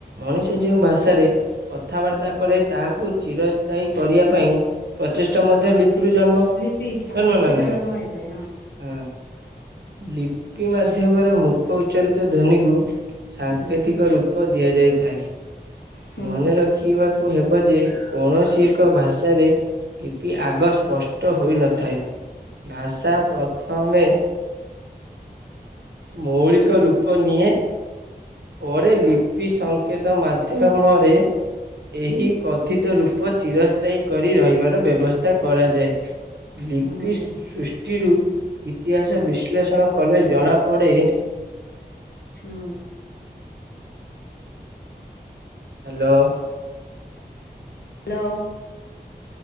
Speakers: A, on the right; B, on the left.
A: ମଣିଷ
B: ହୁଁ
A: ଯୋଉ ଭାଷାରେ କଥାବାର୍ତ୍ତା
B: ହୁଁ
A: କରେ। ତାହାକୁ ଚିରସ୍ଥାୟୀ କରିବା ପାଇଁ। ପ୍ରଚେଷ୍ଟା ମଧ୍ୟ
B: ହୁଁ
A: ଲିପରୁ ଜନ୍ମ
B: ଲିପି ହଁ
A: ଜନ୍ମ
B: ଲିପିରୁ
A: ନା, ନାହିଁ
B: ଜନ୍ମ ହେଇଥାଏ
A: ହଁ। ଲିପି ମାଧ୍ୟମରେ ମୁଖ ଉଚ୍ଚାରିତ ଧ୍ୱନିକୁ ସାଙ୍କେତିକ
B: ହୁଁ
A: ରୁ ପ ଦିଆଯାଇଥାଏ
B: ହୁଁ
A: ମନେ ର ରଖିବାକୁ ହେବ ଯେ କୌଣସି ଏକ ଭାଷାରେ ଲିପି ଆଗ ସ୍ପଷ୍ ଷ୍ଟ ହୋଇନଥାଏ ଭାଷା ପ୍ରଥମେ। ମୌଳିକ ରୂପ ନିଏ ପରେ ଲିପି ସଂ ସଂକେତ ମାଧ୍ୟମରେ। ଏହି କଥିତ ରୂପ ଚିରସ୍ଥାୟୀ କରି ରହିବାର ବ୍ୟବସ୍ଥା କରାଯାଏ। ଲିପି
B: ହୁଁ ହୁଁ
A: ସୃଷ୍ଟିରୁ। ଇତିହାସ ବିଶ୍ଳେଷଣ କଲେ ଜଣା ପଡେ।
B: ହୁଁ।
A: ହାଲୋ।
B: ହାଲୋ।